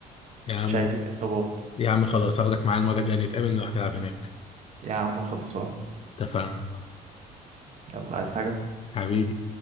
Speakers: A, on the left (about 35°); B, on the right (about 45°).
A: يا عم
B: مش عايزين إصابات
A: يا عم خلاص هاخدك معايا المرة الجاية نتقابل نروح نلعب هناك
B: يا عم خلصان
A: اتفقنا
B: يلا عايز حاجة
A: حبيبي